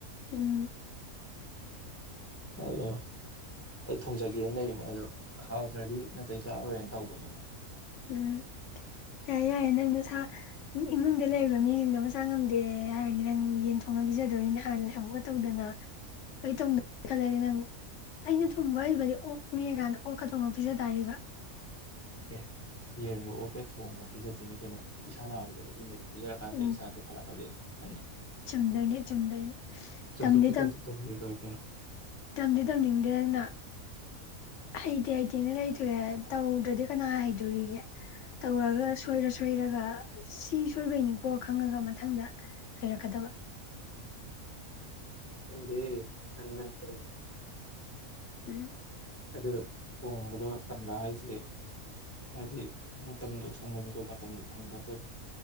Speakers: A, on the left (about 65°); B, on the left (about 15°).
A: ꯎꯝ
B: ꯀꯗꯣ ꯑꯩ ꯊꯨꯡꯖꯒꯦꯅ ꯂꯩꯔꯤꯅꯦ ꯑꯗꯣ ꯍꯥꯎꯗ꯭ꯔꯗꯤ ꯅꯥꯇꯩ ꯆꯥꯔꯣꯏꯅ ꯇꯧꯕꯅꯤꯅꯦ
A: ꯎꯝ
B: <unintelligible>
A: ꯌꯥꯔꯦ ꯌꯥꯔꯦ ꯅꯪ ꯃꯁꯥ ꯏꯃꯨꯡꯗ ꯂꯩꯔꯤꯕ ꯃꯤꯁꯤꯡꯗꯣ ꯃꯁꯥ ꯉꯝꯗꯦ ꯍꯥꯏꯔꯗꯤ ꯅꯪ ꯌꯦꯟ ꯊꯣꯡꯅ ꯄꯤꯖꯗꯣꯅꯤ ꯍꯥꯏ ꯈꯜꯂꯦ ꯑꯃ ꯇꯧꯗꯅ ꯑꯩ ꯇꯧꯗ ꯈꯜꯂꯗꯤ ꯅꯪ ꯑꯩꯅ ꯊꯣꯡꯕ ꯍꯩꯕꯗꯤ ꯑꯣꯛꯅꯦ ꯀꯥꯟꯅ ꯑꯣꯛ ꯑ ꯊꯣꯡꯕ ꯄꯤꯖ ꯇꯥꯔꯤꯕ
B: ꯑꯦ ꯌꯦꯟ ꯂꯣꯛꯑꯣ ꯀ ꯊꯣꯡꯉꯛꯇꯤ ꯆꯠꯇꯣꯏꯅꯦ ꯀꯩꯅꯣ ꯏꯁꯥ ꯅꯥꯕꯗꯣ ꯖꯀꯥꯟꯗꯒꯤ
A: ꯎꯝ
B: ꯁꯥ ꯈꯂꯛ ꯐꯗ ꯀ
A: ꯆꯨꯝꯗꯣꯏꯅꯦ ꯆꯨꯝꯗꯣꯏꯅꯦ
B: ꯆꯝꯐꯨꯠꯀꯤ
A: ꯇꯝꯗꯤ ꯇꯝ
B: ꯇꯥꯏꯞꯇ ꯇꯧꯕꯤꯔ ꯂꯣꯏꯔꯦ ꯀꯩꯅꯣ
A: ꯇꯝꯗꯤ ꯇꯝꯅꯤꯡꯗꯦ ꯅꯪꯅ ꯍꯩꯗꯤ ꯇꯨꯃꯤꯟꯅ ꯂꯩꯊꯣꯛꯑꯦ ꯇꯧꯗ꯭ꯔꯗꯤ ꯀꯅꯥ ꯍꯩꯗꯣꯔꯤꯒꯦ ꯇꯧꯔꯒ ꯁꯣꯏꯔ ꯁꯣꯏꯔꯒ ꯁꯤ ꯁꯣꯏꯕꯩꯅꯤꯀꯣ ꯈꯪꯉꯒ ꯃꯊꯪꯗ ꯍꯩꯔꯛꯀꯗꯕ
B: <unintelligible>
A: ꯎꯝ
B: ꯑꯗꯨ ꯊꯣꯡꯕꯗꯣ ꯇꯝꯕ ꯍꯥꯏꯁꯦ ꯍꯥꯏꯕꯗꯤ ꯃꯇꯝꯗꯨ ꯊꯝꯐꯝꯗꯣ ꯃꯇꯝꯗꯣ ꯐꯪꯖꯗ꯭ꯔꯦꯃꯤ